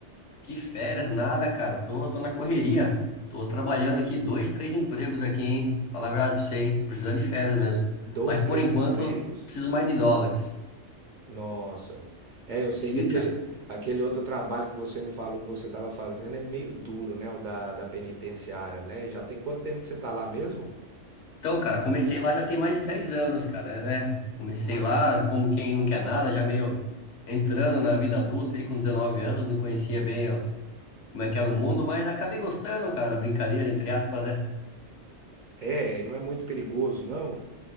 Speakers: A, on the left; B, on the right.
A: que férias, nada, cara. Tô, tô na correria. Tô trabalhando aqui dois, três empregos aqui, hein? Falar a verdade pra você, hein? Precisando de férias mesmo.
B: Dois,
A: Mas por
B: três
A: enquanto,
B: empregos.
A: preciso mais de dólares.
B: Nossa. É, eu sei
A: Sim,
B: que aquele,
A: cara.
B: aquele outro trabalho que você me falou que você estava fazendo é meio duro, né? O da, da penitenciária, né? Já tem quanto tempo que você tá lá mesmo?
A: Então, cara, comecei lá já tem mais de 10 anos, cara, né? Comecei
B: Mas.
A: lá como quem não quer nada, já meio entrando na vida adulta aí com 19 anos, não conhecia bem ó, como é que era o mundo, mas acabei gostando, cara, da brincadeira, entre aspas, né?
B: É, e não é muito perigoso, não?